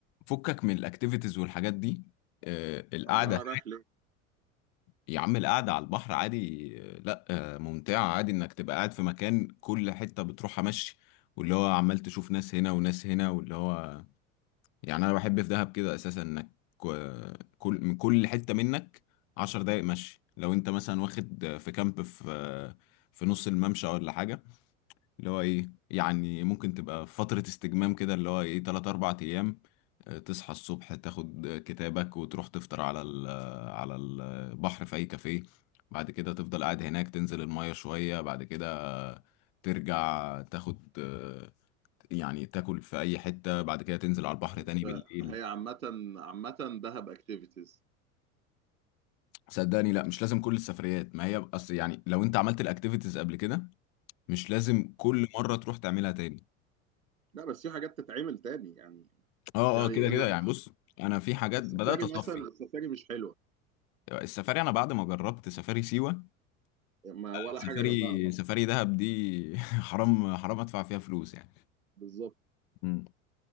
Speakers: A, on the left; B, on the right.
A: فكك من الاكتيفيتيز والحاجات دي آه، القعده
B: امال انا رايح ليه
A: يا عم القعدة على البحر عادي لا آه، ممتعة عادي انك تبقى قاعد في مكان كل حتة بتروحها مشي واللي هو عمال تشوف ناس هنا وناس هنا واللي هو يعني انا بحب في دهب كده اساسا انك آه، كل من كل حتة منك عشر دقايق مشي لو انت مثلا واخد آه، في كامب في آه، في نص الممشى ولا حاجة اللي هو ايه يعني ممكن تبقى في فترة استجمام كده اللي هو ايه تلات أربع أيام آه، تصحى الصبح تاخد كتابك وتروح تفطر على ال آه، على البحر في أي كافيه بعد كده تفضل قاعد هناك تنزل المية شوية بعد كده ترجع تاخد آه، يعني تاكل في أي حتة بعد كده تنزل على البحر
B: بس
A: تاني بالليل
B: هي عامه عامه دهب اكتيفيتيز
A: صدقني لا مش لازم كل السفريات ما هي اصل يعني لو انت عملت الاكتيفيتيز قبل كده مش لازم كل مرة تروح تعملها تاني
B: لا بس في حاجات تتعمل تاني يعني
A: اه
B: يعني
A: اه كده
B: ال-
A: كده يعني بص انا في حاجات
B: السفاري
A: بدأت اصفي
B: مثلا السفاري مش حلوه
A: السفاري انا بعد ما جربت سفاري سيوه
B: ما ولا
A: سفاري
B: حاجه جنبها طبعا
A: سفاري دهب دي <laughs> حرام حرام ادفع فيها فلوس يعني
B: بالظبط
A: مم.